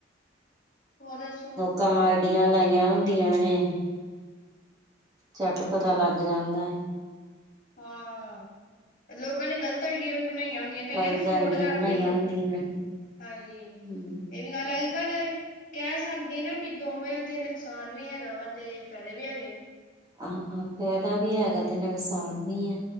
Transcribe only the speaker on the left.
ਹੋਰ ਦੱਸੋ।
ਆ, ਲੋਕਾਂ ਨੇ ਗਲਤ ਆਈਡੀਆਂ ਵੀ ਬਨਾਈਆਂ ਹੁੰਦੀਆਂ ਕਈਆਂ
ਨੂੰ ਫਰੋਡ
ਕਰਦੇ
ਹੁੰਦੇ,
ਆਂਜੀ।
ਗੱਲ ਆਈ ਪਰ ਕੈ ਸਕਦੇ ਨਾ ਬੀ ਦੋਵੇਂ ਦੇ ਨੁਕਸਾਨ ਵੀ ਹੈਗਾ ਵਾ ਤੇ ਫ਼ੈਦੇ ਵੀ ਹੈਗੇ।